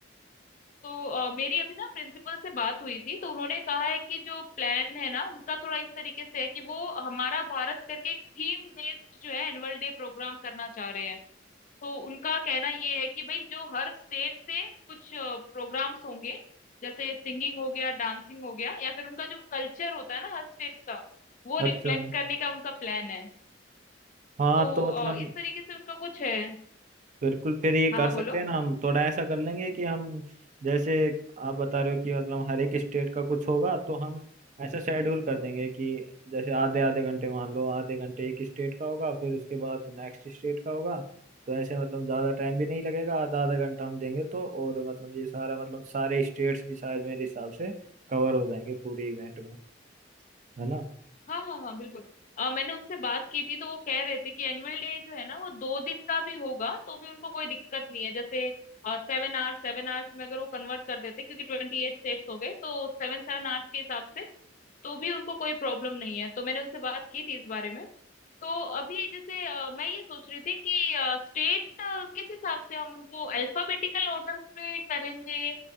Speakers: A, on the left; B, on the right.
A: तो अ, मेरी अभी ना प्रिंसिपल से बात हुई थी तो उन्होंने कहा है कि जो प्लान है ना उनका थोड़ा इस तरीके से है कि वो हमारा भारत करके एक थीम बेस्ड जो है एनुअल डे प्रोग्राम करना चाह रहे हैं तो उनका कहना ये है कि भाई जो हर स्टेट से कुछ प्रोग्राम्स होंगे जैसे सिंगिंग हो गया डांसिंग हो गया या फिर उनका जो कल्चर होता है ना हर स्टेट का वो
B: अच्छा
A: रिफ्लेक्ट करने का उनका प्लान है
B: हाँ
A: तो
B: तो मतलब
A: अ, इस तरीके से उनका कुछ है
B: बिल्कुल फिर ये
A: हाँ
B: कर
A: हाँ
B: सकते
A: बोलो
B: हैं ना हम थोड़ा ऐसा कर लेंगे कि हम जैसे आप बता रहे हो कि मतलब हर एक स्टेट का कुछ होगा तो हम ऐसा शेड्यूल कर देंगे कि जैसे आधे आधे घंटे मान लो आधे घंटे एक स्टेट का होगा फिर उसके बाद नेक्स्ट स्टेट का होगा तो ऐसे मतलब ज़्यादा टाइम भी नहीं लगेगा आधा आधा घंटा हम देंगे तो और मतलब ये सारा मतलब सारे स्टेट्स भी शायद मेरे हिसाब से कवर हो जाएंगे पूरे इवेंट में है ना
A: हाँ हाँ हाँ बिल्कुल अ, मैंने उनसे बात की थी तो वो कह रहे थे कि एनुअल डे जो है ना वो दो दिन का भी होगा तो भी उनको कोई दिक्कत नहीं है जैसे सेवन आवर्स सेवन आवर्स में अगर वो कन्वर्ट कर देते क्योंकि ट्वेंटी एट स्टेट्स हो गए तो सेवन सेवन आवर्स के हिसाब से तो भी उनको कोई प्रॉब्लम नहीं है तो मैंने उनसे बात की थी इस बारे में तो अभी जैसे अ, मैं ये सोच रही थी कि स्टेट किस हिसाब से हम उनको अल्फाबेटिकल ऑर्डर में करेंगे